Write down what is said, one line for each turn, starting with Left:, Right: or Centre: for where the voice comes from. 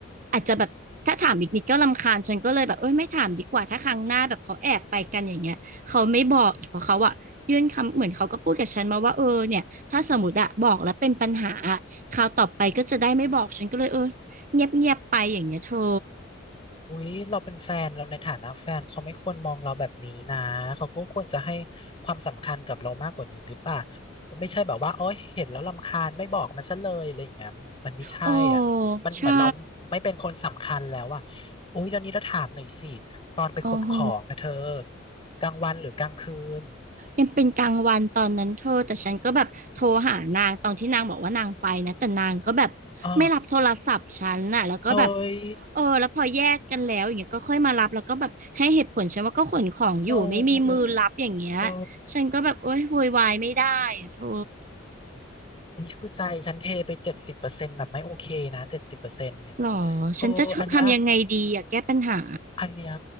Right: อาจจะแบบถ้าถามอีกนิดก็รำคาญฉันก็เลยแบบเอ้ยไม่ถามดีกว่าถ้าครั้งหน้าแบบเขาแอบไปกันอย่างเงี้ยเขาไม่บอกอีกเพราะเขาอะยื่นคำเหมือนเขาก็พูดกับฉันมาว่าเออเนี่ยถ้าสมมติอะบอกแล้วเป็นปัญหาอะคราวต่อไปก็จะได้ไม่บอกฉันก็เลยเออ
Left: อืม
Right: เงียบเงียบไปอย่างเงี้ยเธอ
Left: อุ๊ยเราเป็นแฟนเราในฐานะแฟนเขาไม่ควรมองเราแบบนี้นะเขาก็ควรจะให้ความสำคัญกับเรามากกว่านี้หรือเปล่าไม่ใช่แบบว่าโอ๊ยเห็นแล้วรำคาญไม่บอกมันซะเลยอะไรอย่างเงี้ยมันมันไม่ใช่อ่ะมันเหมือนเราไม่เป็นคนสำคัญแล้วอ่ะ
Right: โอ้ใช่
Left: อุ๊ยตอนนี้เราถามหน่อยสิตอนไปขนของนะเธอ
Right: โอ้โห
Left: กลางวันหรือกลางคืน
Right: ยังเป็นกลางวันตอนนั้นเธอแต่ฉันก็แบบโทรหานางตอนที่นางบอกว่านางไปนะแต่นางก็แบบไม่รับโทรศัพท์ฉันน่ะแล้วก็แบบ
Left: อ๋อเฮ้ย
Right: เออแล้วพอแยกกันแล้วอย่างเงี้ยก็ค่อยมารับแล้วก็แบบให้เหตุผลฉันว่าก็ขนของอยู่ไม่มีมือรับอย่างเงี้ย
Left: โนเลยอะเธอ
Right: ฉันก็แบบโอ๊ยโวยวายไม่ได้อะเธอ
Left: อุ้ยคือใจฉันเทไปเจ็ดสิบเปอร์เซ็นต์แบบไม่โอเคนะเจ็ดสิบเปอร์เซ็นต์เนี่ย
Right: หรอ
Left: เธออันเนี้ย
Right: ฉันจะทำยังไงดีอะแก้ปัญหา
Left: อันเนี้ย